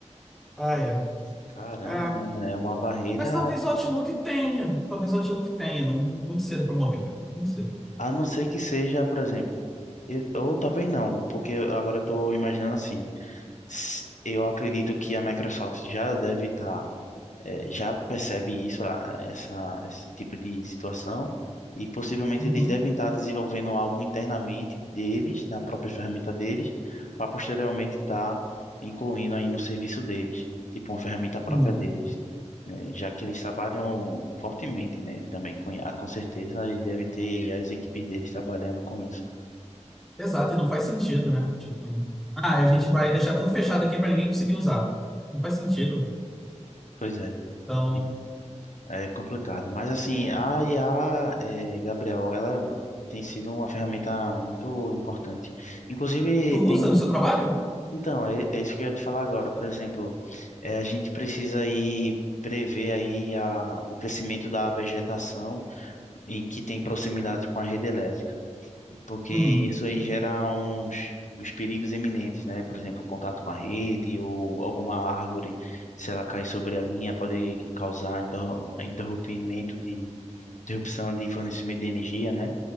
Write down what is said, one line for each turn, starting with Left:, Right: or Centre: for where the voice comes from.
Centre: Ah,
Left: nossa, caramba,
Centre: é.
Left: mano, é uma barreira
Centre: Mas talvez o Outlook tenha. Talvez o Outlook tenha. Não, muito cedo pra morrer, velho. Não sei.
Left: A não ser que seja, por exemplo, e- ou talvez não, porque agora eu estou imaginando assim. se- Eu acredito que a Microsoft já deve estar eh, já percebe isso, a- essa, esse tipo de situação, e possivelmente
Centre: Uhum.
Left: eles devem estar desenvolvendo algo internamente deles, na própria ferramenta deles, para posteriormente estar incluindo aí no serviço deles, tipo uma ferramenta própria
Centre: Uhum.
Left: deles, né? Já que eles trabalham fortemente, né? Também com I a com certeza, e deve ter as equipes deles trabalhando com isso.
Centre: Exato, e não faz sentido, né? Tipo, ah, a gente vai deixar tudo fechado aqui pra ninguém conseguir usar. Não faz sentido.
Left: Pois é.
Centre: Então,
Left: E É complicado. Mas assim, a IA, é, Gabriel, ela tem sido uma ferramenta muito importante. Inclusive,
Centre: tu
Left: tem
Centre: usa
Left: um.
Centre: no seu trabalho?
Left: Então, é, é isso que eu ia te falar agora. Por exemplo, é, a gente precisa aí prever aí a, o crescimento da vegetação e que tem proximidade com a rede elétrica, porque
Centre: Uhum.
Left: isso aí gera uns os perigos iminentes, né? Por exemplo, contato com a rede ou alguma árvore, se ela cair sobre a linha, pode causar interro- interrompimento de interrupção de fornecimento de energia, né?